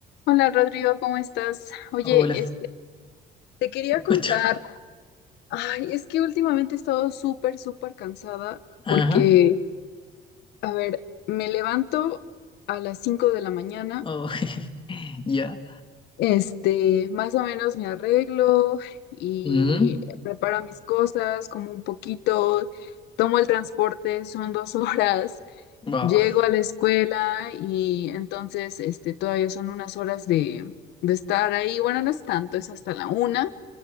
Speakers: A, on the left; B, on the left.
A: Hola Rodrigo, ¿cómo estás? Oye,
B: Hola,
A: este, te quería
B: te escucho.
A: contar, ay, es que últimamente he estado súper, súper cansada
B: Ajá.
A: porque, a ver, me levanto a las 5 de la mañana,
B: Oh, <laughs> ya.
A: este, más o menos me arreglo y
B: Mhm.
A: preparo mis cosas, como un poquito, tomo el transporte, son dos <laughs> horas,
B: Wow.
A: llego a la escuela y entonces, este, todavía son unas horas de, de estar ahí, bueno, no es tanto, es hasta la una.